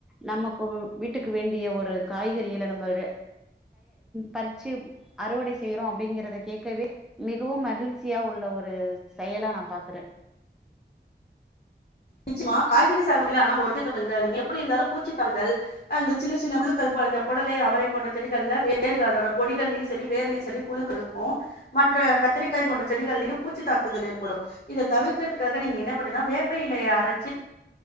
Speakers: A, in the centre; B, on the left.
A: நம்மக்கு வீட்டுக்கு வேண்டிய ஒரு காய்கறிகள நம்ம பறிச்சு அறுவடை செய்யறோ அப்படிங்கறத கேட்கவே மிகவும் மகிழ்ச்சியா உள்ள ஒரு செயலா நான் பாக்குறேன்.
B: நிச்சிமா காய்கறி சாகுபடில ஆனா ஒரு. வங்க எப்படி இருந்தாலும் பூச்சி தாக்குதல் அந்த சின்ன சின்ன. புழுக்கள் இந்த புடலை அவரைப். போன்ற செடிகள் வேறுக அதோட கொடிகள்யும் சரி வேர்லயும் சரி புழுக்கள் இருக்கும் மற்ற கத்திரிக்காய் போன்ற செடிகள்யும் பூச்சி தாக்குதல் ஏற்படும் இதை தவிர்க்கிறதுக்காக நீங்க என்ன பண்றீங்கனா வேப்ப இலைய. கட்சி. <unintelligible>